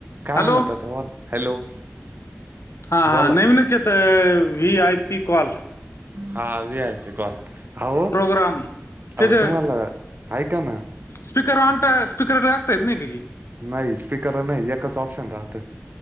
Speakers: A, on the right; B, on the left.
A: काय
B: हॅलो
A: म्हणत होत्या बोल. हॅलो
B: हा हा
A: बोला
B: नवीनच येतय, व्ही. आय. पी. कॉल.
A: हा, व्ही. आय. पी. कॉल. आहो,
B: प्रोग्राम त्याचे
A: अव तुम्हाला ऐका ना
B: स्पीकर ऑन टा, स्पीकर टाकता येत नाही का हे.
A: नाही, स्पीकरवर नाही. एकच ऑप्शन राहत.